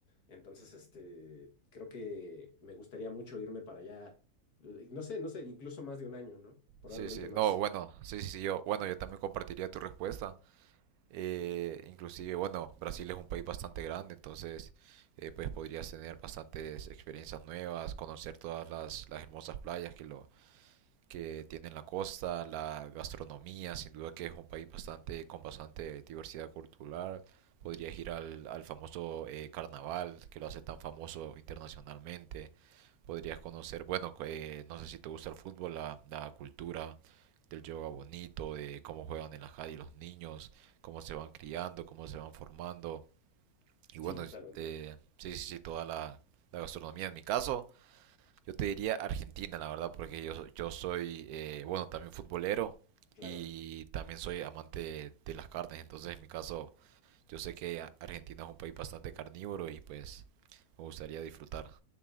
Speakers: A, on the left (about 75°); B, on the right (about 75°).
A: Entonces, este, creo que me gustaría mucho irme para allá. eh, No sé, no sé, incluso más de un año, ¿no? Probablemente
B: Sí, sí.
A: más.
B: No, bueno, sí, sí, sí, yo. Bueno, yo también compartiría tu respuesta. Eh, inclusive, bueno, Brasil es un país bastante grande, entonces eh, pues podrías tener bastantes experiencias nuevas, conocer todas las, las hermosas playas que lo que tiene la costa, la gastronomía, sin duda que es un país bastante con bastante diversidad cultural. Podrías ir al, al famoso eh, carnaval que lo hace tan famoso internacionalmente podrías conocer, bueno, eh, no sé si te gusta el fútbol, la, la cultura del yoga bonito, de cómo juegan en la calle los niños, cómo se van criando, cómo se van formando. Y bueno,
A: Sí, totalmente.
B: este, sí, sí, sí, toda la, la gastronomía. En mi caso, yo te diría Argentina, la verdad, porque yo, so- yo soy, eh, bueno, también futbolero
A: Claro.
B: y también soy amante de, de las carnes. Entonces, en mi caso, yo sé que a- Argentina es un país bastante carnívoro y pues me gustaría disfrutar.